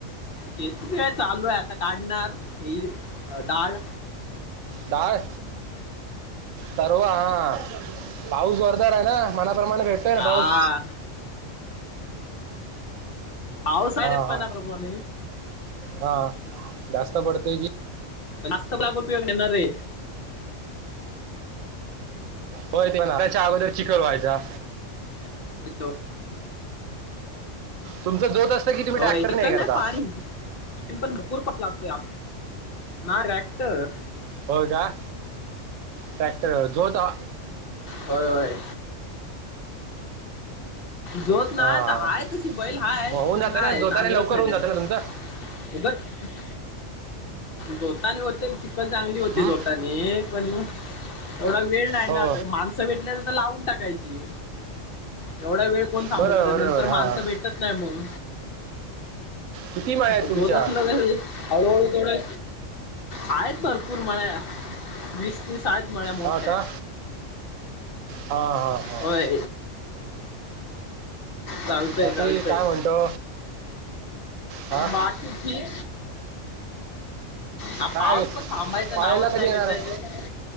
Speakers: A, on the left; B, on the right.
A: ते तर काय चालू आहे आता काढणार ही दाढ
B: दाढ परवा हा. पाऊस जोरदार आहे ना मनाप्रमाणे भेटतोय ना
A: हा
B: पाऊस?
A: पाऊस हाय
B: हा
A: रे मनाप्रमाणे
B: हा हा जास्त पडतोय की
A: जास्त <unintelligible> उपयोग नाही ना रे
B: हो ते त्याच्या अगोदर चिखल व्हायचा
A: हॅलो.
B: तुमच जोत असत कि तुम्ही
A: होय
B: ट्रॅक्टर
A: चिकन
B: ने हे करता
A: नाही पाणी <unintelligible> लागतोय आ ना ट्रॅक्टर
B: होय का ट्रॅक्टर जोता
A: होय होय. जोत
B: हा
A: नाही
B: हा
A: हाय तशी बैल हाय
B: मग होऊन
A: पण
B: जातं
A: नाही
B: ना जोताने
A: नांगरत
B: लवकर
A: नाही
B: होऊन
A: त्यांना
B: जातं ना तुमचं
A: उगत जोताने होते चिकल चांगली होते
B: हं?
A: जोताने म हे पण एवढा वेळ नाही
B: हो
A: ना ते माण णसं भेटल्याच तर लावून टाकायची एवढा वेळ कोण थांबत
B: बरोबर
A: राहणार
B: बरोबर
A: नंतर
B: हां
A: माणसं भेटत नाही मग
B: किती माळ आहेत
A: म
B: तुमच्या
A: जोत असलागे हळूहळू थोडे आहेत भरपूर मळ्या वीस तीस आहेत मळ्या मोठ्या
B: हा का हा हा हा
A: होय. चालतय
B: बाकी
A: चालतय
B: काय म्हणतो हा
A: बाकी हा
B: काय
A: पावस पण थांबायचं
B: कॉलेजला
A: नावच
B: कधी
A: नाही
B: येणार
A: घेतय
B: आहे?
A: रे